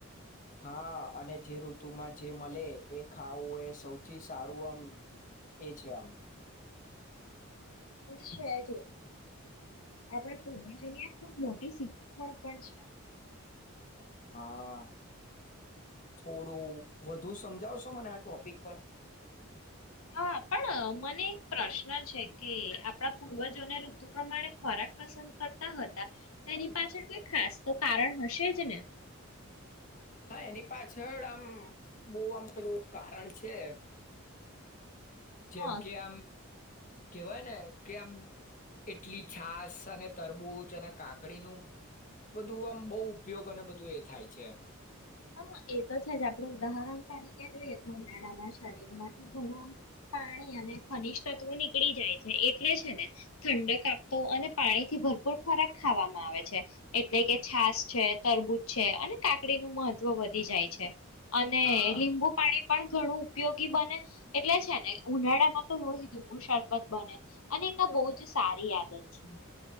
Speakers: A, on the left; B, on the left.
A: હા અને જે ઋતુમાં જે મળે એ ખાવું એ સૌથી સારું આમ એ છે‌ આમ.
B: છે જ આપણેે પૂર્વજો નિયે ખૂબ મોટી શીખામણ પણ છે.
A: હા, થોડું વધુ સમજાવશો મને આ ટોપિક પર.
B: હા, પણ મને એક પ્રશ્ન છે કે આપણાં પૂર્વજોને ઋતુ પ્રમાણે ખોરાક પસંદ કરતા હતાં. તેની પાછળ કોઈ ખાસ તો કારણ હશે જ ને.
A: હા, એની પાછળ આમ બહુ આમ પેલું કારણ છે. જેમ
B: હા
A: કે આમ. કેહવાય ને કે આમ એટલી છાસ અને તરબૂચ, અને કાકડીનું બધું આમ બહુ ઉપયોગ અને બધું એ થાય છે.
B: હા એ તો છે જ આપણેે ઉદાહરણ તરીકે જોઈએ તો ઉનાળામાં શરીરમાંથી ઘણું પાણી અને ખનીજ તત્વો નીકળી જાય છે એટલે છે ને ઠંડક આપતો અને પાણીથી ભરપૂર ખોરાક ખાવામાં આવે છે એટલે કે છાસ છે, તરબૂજ છે અને કાકડીનું મ ત્વ વધી જાય છે. અને
A: હા
B: લીંબુ પાણી પણ, ઘણું ઉપયોગી બને એટલે છે. ને ઉનાળામાં તો હો જ લીંબુ શરબત બને અને એક આ બહુ જ સારી આદત છે. <unintelligible>